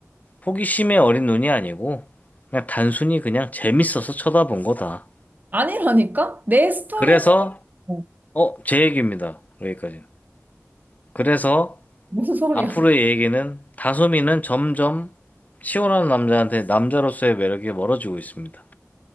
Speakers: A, on the left; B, on the right.
A: 호기심의 어린 눈이 아니고 그냥 단순히 그냥 재밌어서 쳐다본 거다.
B: 아니라니까? 내 스토리는
A: 그래서
B: 뭐,
A: 어, 제 얘기입니다. 여기까지. 그래서
B: 무슨 소리야?
A: 앞으로의
B: <laughs>
A: 얘기는 다솜이는 점점 시원한 남자한테 남자로서의 매력이 멀어지고 있습니다.